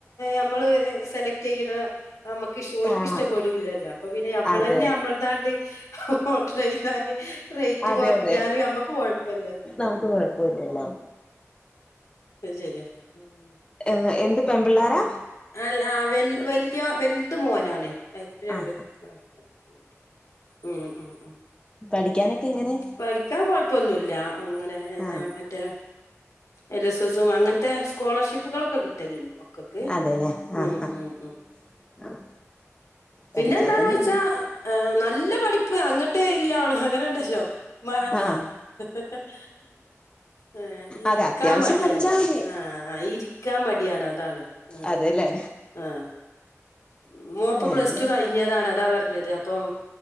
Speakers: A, on the left (about 80°); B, on the left (about 20°).
A: നമ്മള് സെലക്ട് ചെയ്യണോ നമ്മുക്ക് ഇഷ് ഓലിക്ക്
B: ആഹ്
A: ഇഷ്ടപ്പെടൂല്ലല്ലോ അപ്പൊ പിന്നെ മ്മൾ
B: അതെ
A: തന്നെ നമ്മൾതാണ്ട് ഓഡ്രർ ചെയതാല് റേറ്റ്
B: അതെ
A: കുറഞ്ഞാല്
B: അതെ
A: നമ്മക്ക് കൊഴപ്പല്ലല്ലോ
B: നമുക്ക് കുഴപ്പോല്ലല്ലോ
A: അയ് ശരിയാ ഉം
B: ഏഹ് എന്ത് പെൺപിള്ളേരാ
A: അഹ് ആഹ് വല്യ വല്ത് മോനാണ് ഈ രണ്ടും
B: ആഹ്
A: പെ പെൺകുട്ടികളാ ഉം ഉം ഉം
B: പഠിക്കാനൊക്കെങ്ങനെ
A: പഠിക്കാൻ കൊഴപ്പൊന്നുല്ല അങ്ങനെ എല്ല
B: ആഹ്
A: മറ്റേ എൽ എസ് എസും അങ്ങനത്തെ സ്കോളർഷിപ്പുകളൊക്കെ കിട്ടും കിട്ടല്ണ്ട് മക്കക്ക്
B: അതെല്ലേ ആഹ്
A: ഉം
B: ആഹ്
A: ഉം ഉം
B: ആഹ് പഠിച്ചാ
A: പിന്നെ എന്താന്ന്
B: തന്നെ
A: ചോയിച്ചാ
B: ഉള്ളൂ
A: നല്ല പഠിപ്പ് അങ്ങട്ട് എല്ലണ് അങ്ങനെ ഉണ്ടല്ലോ <unintelligible>
B: ആഹ്
A: ഏഹ് ഇരിക്കാ
B: അതെ അത്യാവശ്യം
A: മടിയാണ്
B: പഠിച്ചാ മതി
A: ആഹ് ഇരിക്കാ മടിയാണ് അതാണ് ആഹ്
B: അതെല്ലേ
A: ആഹ് <unintelligible> പ്ലസ്
B: എല്ലാം
A: ടു കഴിഞ്ഞതാണ് അതാ പറഞ്ഞത് അപ്പം